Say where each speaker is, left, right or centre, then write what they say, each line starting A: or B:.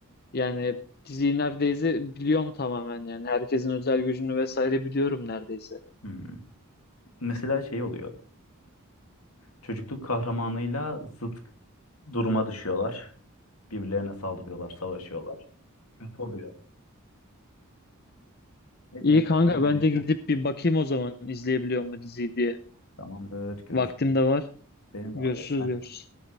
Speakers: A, on the left (about 45°); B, on the left (about 80°).
A: Yani diziyi neredeyse biliyorum tamamen yani herkesin özel gücünü vesaire biliyorum neredeyse.
B: Hmm. Mesela şey oluyor. çocukluk kahramanıyla zıt duruma düşüyorlar. Birbirlerine saldırıyorlar, savaşıyorlar. Kötü oluyor. Neyse
A: İyi
B: benim kaçmam
A: kanka
B: gerekiyor.
A: ben de gidip bir bakayım o zaman izleyebiliyor mu diziyi diye.
B: Tamamdır, görüşürüz.
A: Vaktim de var.
B: Benim
A: Görüşürüz
B: de var ya. Ben
A: görüşürüz.